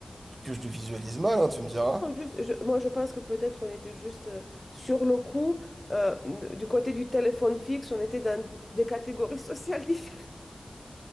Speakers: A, on the right; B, on the left.
A: que je le visualise mal, hein, tu me diras.
B: Non, juste- je- moi, je pense que peut-être on était juste euh, sur le coup. euh, du côté du téléphone fixe, on était dans des catégories sociales différentes.